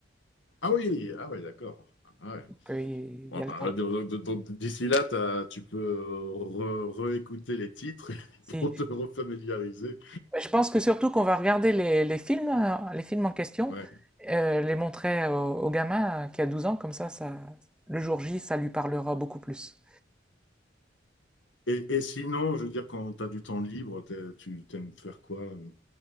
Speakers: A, on the left (about 75°); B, in the centre.
A: Ah oui, ah ouais, d'accord. Ah ouais.
B: Donc, euh, il
A: Ouais,
B: y a le
A: bah,
B: temps.
A: donc, donc, donc, D'ici là, t'as- tu peux euh, re- réécouter les titres <laughs>
B: Si,
A: pour
B: si
A: te refamiliariser.
B: Je pense que surtout qu'on va regarder les, les films, euh, les films en question,
A: Ouais.
B: euh, les montrer au, au gamin euh, qui a 12 ans, comme ça, ça, le jour J, ça lui parlera beaucoup plus.
A: Et, et sinon, je veux dire, quand tu as du temps libre, t'es- tu t'aimes faire quoi? euh